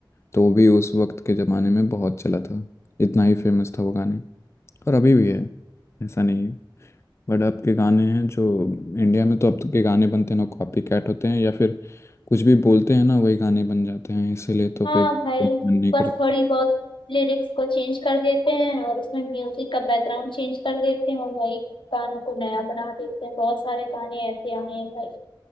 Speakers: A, on the left; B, on the left.
A: तो वो भी उस वक्त के ज़माने में बहुत चला था इतना ही फेमस था वो गाने और अभी भी है ऐसा नहीं है बट अब के गाने हैं जो इंडिया में तो अब के गाने बनते हैं ना कॉपी कैट होते हैं या फिर कुछ भी बोलते हैं ना वही गाने बन जाते हैं इसीलिए तो
B: हाँ
A: फिर
B: भाई
A: मन नहीं
B: बस
A: करता
B: थोड़ी बहुत लिरिक्स को चेंज कर देते हैं और उसमें म्यूजिक का बैकग्राउंड चेंज कर देते हैं और वही गानों को नया बना देते हैं बहुत सारे गाने ऐसे आए हैं भाई